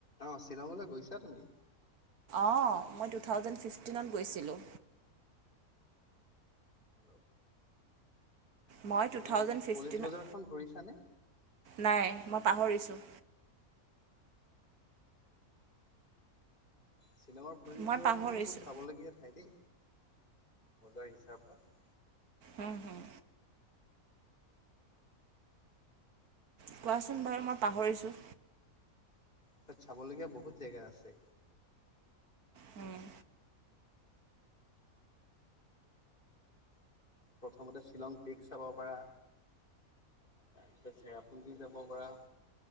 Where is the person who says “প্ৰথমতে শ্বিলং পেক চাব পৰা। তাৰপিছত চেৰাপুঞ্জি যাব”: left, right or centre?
Left